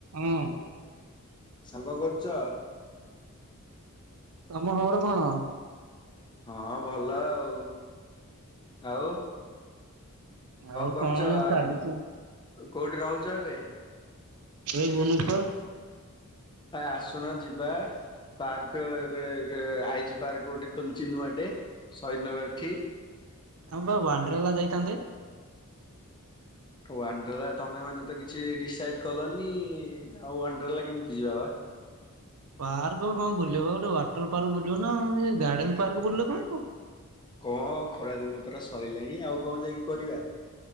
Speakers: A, on the right; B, on the left.
A: ହୁଁ।
B: ସାଙ୍ଗ କଣ କରୁଚ?
A: ତମ ଖବର କଣ?
B: ହଁ ଭଲ ଆଉ। ଆଉ?
A: ଆଉ
B: କରୁଛ?
A: କଣ ଏମିତି
B: ଆଉ
A: ଚାଲିଚି।
B: କୋଉଠି ରହୁଚ ଏବେ?
A: ଏଇ ଭୁବନେଶ୍ଵର।
B: କାଇଁ ଆସୁନ ଯିବା ପାର୍କ ଏବେ ଏବେ ଆଇଜି ପାର୍କ ଗୋଟେ ଖୋଲିଛି ନୂଆଟେ ସହିଦନଗରଠି।
A: ଆମେ ବା ୱାଣ୍ଡ୍ରେଲା ଯାଇଥାନ୍ତେ?
B: ୱାଣ୍ଡ୍ରେଲା ତମେ ମାନେ ତ କିଛି ଡିସାଇଡ କଲନି ଆଉ ୱାଣ୍ଡ୍ରେଲା କେମିତି ଯିବା ବା?
A: ପାର୍କ କଣ ବୁଲିବ ଗୋଟେ ୱାଟର ପାର୍କ ବୁଲିବ ନା ଆଉ ଏ ଗାର୍ଡେନ ପାର୍କ ବୁଲିଲେ କଣ ହବ।
B: କଣ ଖରା ଦିନ ପରା ସଇଲାଣି ଆଉ କଣ ଯାଇକି କରିବା।